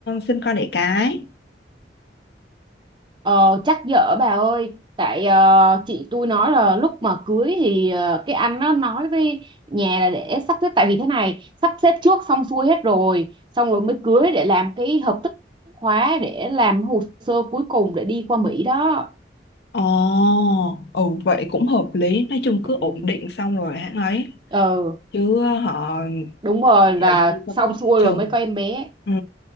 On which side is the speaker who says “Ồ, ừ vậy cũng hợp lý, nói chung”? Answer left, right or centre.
Left